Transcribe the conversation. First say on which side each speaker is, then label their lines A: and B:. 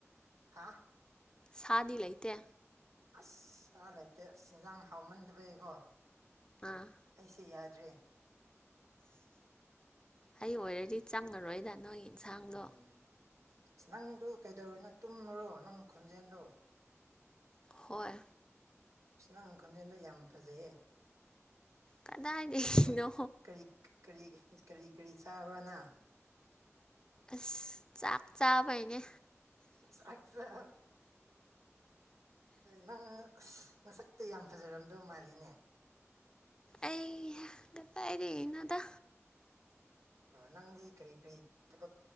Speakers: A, on the right (about 85°); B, on the left (about 15°).
A: ꯍꯥꯥ
B: ꯁꯥꯗꯤ ꯂꯩꯇꯦ
A: ꯑꯁ ꯂꯩꯇꯦ ꯑꯁ ꯏꯟꯖꯥꯡ ꯍꯥꯎꯃꯟꯗꯕꯩꯀꯣ
B: ꯑꯥ
A: ꯑꯩꯁꯦ ꯌꯥ ꯔꯤ
B: ꯑꯩ ꯑꯣꯏꯔꯗꯤ ꯆꯪꯉꯔꯣꯏꯗ ꯅꯣꯏꯒꯤ ꯌꯦꯟꯁꯥꯡꯗꯣ
A: ꯎꯝ ꯑꯁ ꯅꯪꯗꯨ ꯀꯩꯗꯧꯔꯤꯅꯣ ꯇꯨꯝꯃꯨꯔꯣ ꯅꯪ ꯈꯣꯟꯖꯦꯜꯗꯣ
B: ꯍꯣꯏ
A: ꯁꯅꯪ ꯈꯣꯟꯖꯦꯜꯗꯣ ꯌꯥꯝ ꯐꯖꯩꯌꯦ
B: ꯀꯗꯥꯏ ꯂꯩꯗꯣ
A: ꯀꯔꯤ ꯀꯔꯤ ꯀꯔꯤ ꯀꯔꯤ ꯀꯔꯤ ꯆꯥꯕ꯭ꯔꯅ
B: ꯑꯁ ꯆꯥꯛ ꯆꯥꯕꯩꯅꯦ
A: ꯆꯁ ꯅꯪ ꯉꯁꯛꯇ ꯌꯥꯝ ꯐꯖꯔꯝꯗꯧ ꯃꯥꯜꯂꯤꯅꯦ
B: ꯑꯩꯍꯄꯥꯏꯔꯤꯅꯗ
A: ꯅꯪꯗꯤ ꯀꯔꯤ ꯀꯔꯤ ꯊꯕꯛ